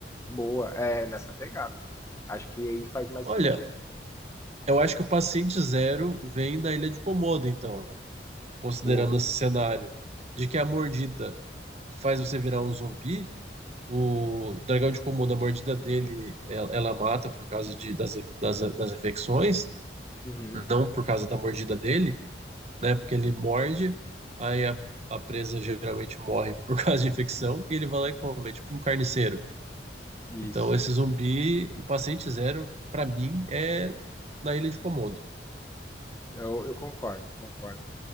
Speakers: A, on the left; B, on the right.
A: Boa, é nessa pegada. Acho que aí faz mais
B: Olha,
A: sentido.
B: eu acho que o paciente zero vem da ilha de Komodo, então, considerando
A: Boa.
B: esse cenário de que a mordida faz você virar um zumbi, O dragão de Komodo, a mordida dele, ela, ela mata por causa de, das, das, das infecções,
A: Uhum,
B: não por causa da mordida dele, né? Porque ele morde, aí a, a presa geralmente morre por <laughs> causa de infecção, e ele vai lá e come, é tipo um carniceiro.
A: isso.
B: Então, esse zumbi, o paciente zero, pra mim, é na Ilha de Komodo.
A: Eu, eu concordo, concordo.